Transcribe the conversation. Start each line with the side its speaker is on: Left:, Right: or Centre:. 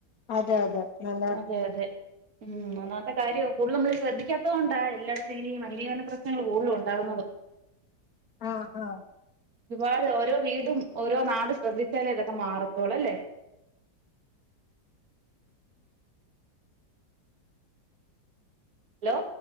Left: അതെ അതെ നല്ല
Right: അതെ അതെ ഉം. ഒന്നാത്തെ കാര്യോ കൂടുതലും മ്മളീ ശ്രദ്ധിക്കാത്ത കൊണ്ടാ എല്ലായിടത്തും ഇങ്ങനെ ഈ മലിനീകരണ പ്രശ്നങ്ങള് കൂടുതലു ഉണ്ടാവുന്നത്.
Left: ആഹ് ആഹ്
Right: ഒരുപാട് ഓരോ വീടും ഓരോ നാട് ശ്രദ്ധിച്ചാലേ ഇതൊക്കെ മാറത്തോളല്ലേ ഹലോ